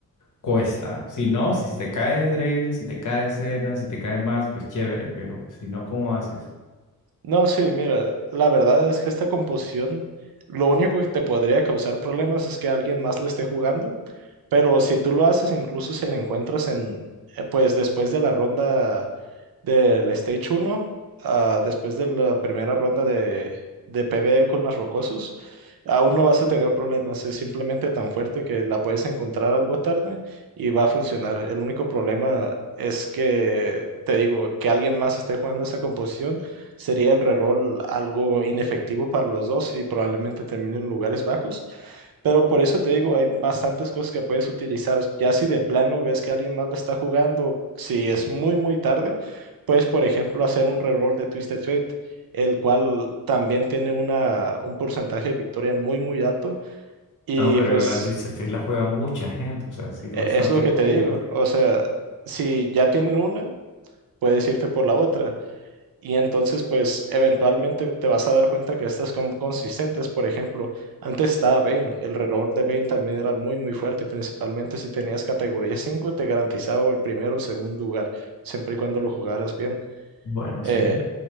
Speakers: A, on the left; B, on the right.
A: cuesta, si no, si se te cae Draven, si te cae Senna, si te cae más, pues chévere, pero si no, ¿cómo haces?
B: No, sí, mira, la verdad es que esta composición, lo único que te podría causar problemas es que alguien más la esté jugando, pero si tú lo haces, incluso si la encuentras en, eh, pues después de la ronda del Stage uno ah, después de la primera ronda de, de PvE con las rocosos, aún no vas a tener problemas. Es simplemente tan fuerte que la puedes encontrar algo tarde y va a funcionar. El único problema es que, te digo, que alguien más esté jugando esa composición sería el reroll algo inefectivo para los dos y probablemente terminen en lugares bajos. Pero por eso te digo, hay bastantes cosas que puedes utilizar. Ya si de plano ves que alguien más lo está jugando, si es muy, muy tarde, puedes, por ejemplo, hacer un reroll de Twisted Fate, el cual también tiene una, un porcentaje de victoria muy, muy alto. Y
A: No, pero
B: pues
A: la de Twisted Fate la juega mucha gente, o sea, sí,
B: e-
A: bastante
B: es lo que
A: cogida.
B: te digo. O sea, si ya tienen una, puedes irte por la otra. Y entonces, pues, eventualmente te vas a dar cuenta que estas son consistentes. Por ejemplo, antes estaba Vayne. El reroll de Vayne también era muy, muy fuerte. Principalmente si tenías categoría 5 te garantizaba o el primero o el segundo lugar, siempre y cuando lo jugaras bien.
A: Bueno,
B: Eh,
A: sí.